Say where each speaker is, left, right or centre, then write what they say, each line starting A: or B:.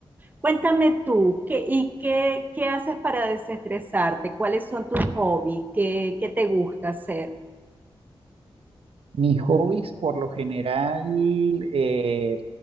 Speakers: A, on the right; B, on the right.
A: Cuéntame tú, ¿qué, ¿y qué, qué haces para desestresarte? ¿Cuáles son tus hobbies? ¿Qué, qué te gusta hacer?
B: Mis hobbies, por lo general, eh,